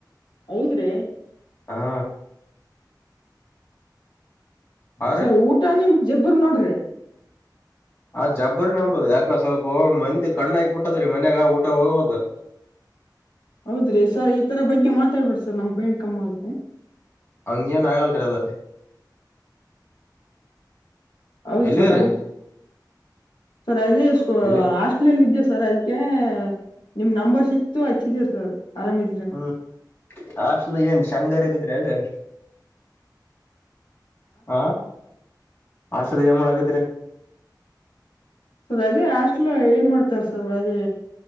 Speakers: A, on the left (about 85°); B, on the left (about 35°).
A: ಹೌದ್ ರೀ
B: ಹಾ ಆ
A: ಸರ್
B: ರೀ
A: ಊಟ ನಿಮ ಜಬ್ಬರಿ ನೋಡ್ರಿ
B: ಆ ಜಬ್ಬರಿ ನಂಬೋದು ಯಾಕೋ ಸ್ವಲ್ಪ ಮಂದಿ ಕಣ್ಣಕ್ಬಟ್ಟದ್ರೀ ಮನ್ಯಾಗ ಊಟ ಹೋಗಲ್ದೂ
A: ಹೌದ್ರಿ ಸರ್ ಈ ತರ ಬಗ್ಗೆ ಮಾತಾಡ್ಬಾರೀ ಸರ್ ನಮ್ ಪೇಂಟ್ ಕಮ್ಮಿ ಆಗುತ್ತೆ.
B: ಹಂಗೆನ ಆಗಲ್ರರಿ ಅದು
A: ಹೌದ್
B: ಎಲ್ಲಿರಿ
A: ಸರ ಸರ್ ಅದೆ <unintelligible>
B: ಎಲ್ಲಿ
A: ಹಾಸ್ಟೆಲ್ ಅಲ್ಲಿ ಇದ್ದ್ಯ ಸರ್ ಅದಕೆ ನಿಮ್ ನಂಬರ್ ಸಿಕ್ತತು ಹಚ್ಚಿದೆ ಸರ್ ಆರಾಮ್ ಇ
B: ಹ್ಮ್ ಹಾಸ್ಟಲ್ ಏನ್ ಶಂಗಾ ಹರಕತ್ ಅಲ್ರಿ ಹಾ ಹಾಸ್ಟೆಲ್ ಏನ್ ಮಾಡಕತ್ತೀರಿ.
A: ಸರ್ ಅದೇ ಹಾಸ್ಟೆಲ್ ಏನ್ ಮಾಡ್ತಾರೆ ಸರ್ ಅದೇ